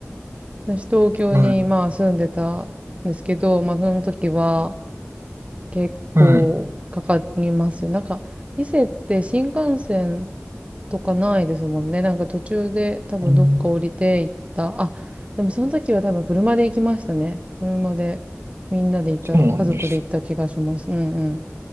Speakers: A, on the right; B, on the right.
A: 私東京にまあ住んでたんですけど、
B: た。はい。
A: まあその時は、結構かかりますよ。
B: はい。
A: なんか、伊勢って新幹線とかないですもんね。なんか途中で多分どっか降りて行った。
B: うん
A: あ、でもその時は多分車で行きましたね。車で、みんなで行った、
B: そうなんです。
A: 家族で行った気がします。うんうん。